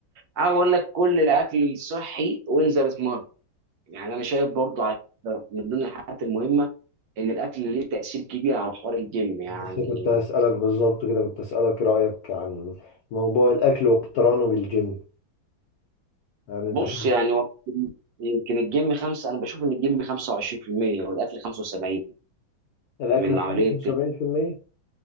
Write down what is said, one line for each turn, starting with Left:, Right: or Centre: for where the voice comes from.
Right: أنا بقول لك كل الاكل الصحي وانزل اتمرن يعني انا شايف برضو على من ضمن الحاجات المهمه ان الاكل ليه تاثير كبير على حوار الجيم يعني
Left: بس كنت هسألك بالظبط كده كنت هسألك رأيك عن موضوع الأكل واقترانه بالجيم يعني أنت
Right: بص
Left: شايف
Right: يعني هو يمكن الجيم خمسة انا بشوف ان الجيم 25% والاكل 75
Left: الأكل
Right: من
Left: 75%
Right: عمليه